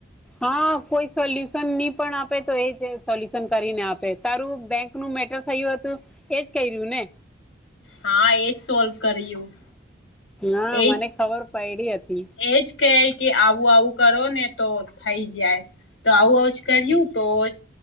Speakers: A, in the centre; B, on the left.
A: હા કોઈ સોલ્યુશન ની પણ આપે તો એ જ સોલ્યુશન કરીને આપે તારું બેંક નું મેટર થયું હતું એજ ક્યું ને.
B: હા એજ સોલ્વ કર્યું
A: હા
B: એજ
A: મને ખબર પયડી હતી
B: એજ ક કે આવું આવું કરો ને તો થઈ જાય તો આવું આવુ જ કર્યું તો જ